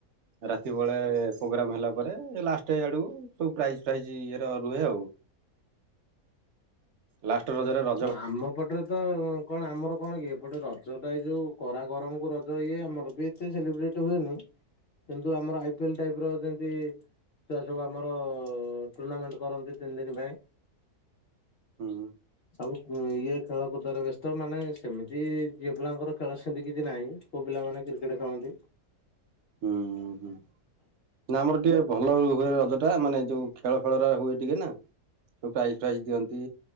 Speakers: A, on the right (about 65°); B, on the left (about 55°).
A: ରାତି ବେଳେ ପ୍ରୋଗ୍ରାମ୍ ହେଲା ପରେ ଲାଷ୍ଟ ଆଡ଼େକୁ ସବୁ ପ୍ରାଇଜ୍ ଫ୍ରାଇଜ୍ ଇଏର ରୁହେ ଆଉ। ଲାଷ୍ଟେ ରଜରେ ର
B: ଆମ ପଟରେତ କଣ ଆମର କଣକି ଏପଟେ ରଜଟା ଏଇ ଯୋଉ କରା ଗରମକୁ ରଜ ଇଏ ଆମରବି ଏତେ ସେଲିବ୍ରେଟ୍ ହୁଏନି। କିନ୍ତୁ ଆମର ଆଇ ପିଏଲ୍ ଟାଇପର ଯେମିତି ସେ ସବୁ ଆମର ଟୁର୍ଣ୍ଣାମେଣ୍ଟ କରନ୍ତି ତିନି ଦିନି ପାଇଁ
A: ହୁଁ।
B: ସବୁ ଇଏ ଖେଳକୁଦରେ ବ୍ୟସ୍ତ ମାନେ ସେମିତି ଝିଅ ପିଲାଙ୍କର ଖେଳ ସେମିତି କିଛି ନାହିଁ ପୁଅ ପିଲାମାନେ କ୍ରିକେଟ୍ ଖେଳନ୍ତି।
A: ହୁଁ ହୁଁ। ନା ଆମର ଟିକେ ଭଲ ହୁଏ ରଜଟା ମାନେ ଯୋଉ ଖେଳ ଫେଳ ହୁଏ ଟିକେନା ସବୁ ପ୍ରାଇଜ୍ ପ୍ରାଇଜ୍ ଦିଅନ୍ତି।